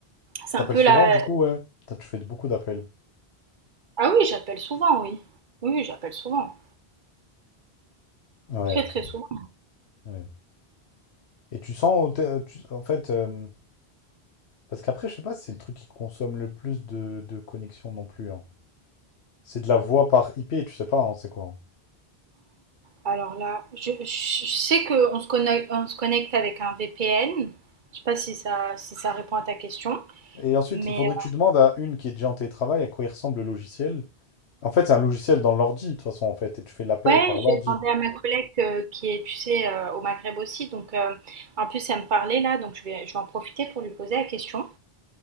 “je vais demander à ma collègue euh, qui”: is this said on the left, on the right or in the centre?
Right